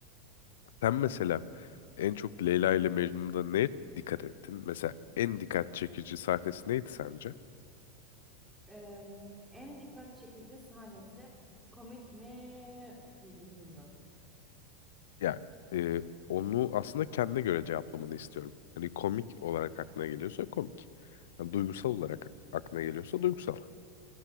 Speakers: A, on the left; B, in the centre.
A: sen mesela en çok Leyla ile Mecnun'da neye dikkat ettin? Mesela en dikkat çekici sahnesi neydi sence?
B: Eee, en dikkat çekici sahnesi komik mi bilmiyorum.
A: Ya e, onu aslında kendine göre cevaplamanı istiyorum. Hani komik olarak aklına geliyorsa komik. Yani duygusal olarak aklına geliyorsa duygusal.